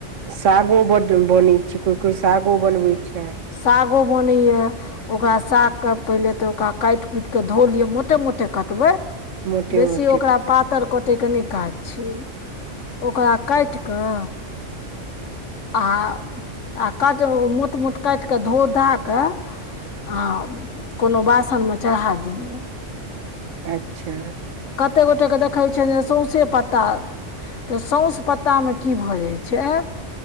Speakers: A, on the right (about 85°); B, on the left (about 75°).
A: सागो ब बने छैय कोई कोई सागो बनवे छैय।
B: सागो बनैय ओकरा साग तब पहिले तऽ ओकरा काटि कुटिक धो लिअ मोटे मोटे कटबै
A: मोटे
B: बेसी
A: मोटे
B: ओकरा पातर क ओते क नहि काज छिय ओकरा काटि कऽ आ आ काटि मोट मोट काटि कऽ धो धा कऽ आ कोनो वासनमे चढ़ा दियौ।
A: अच्छा
B: कतेक गोटेकेँ देखै छियनि जे सौसे पत्ता तऽ सोस पत्तामे की भऽ जाइ छैय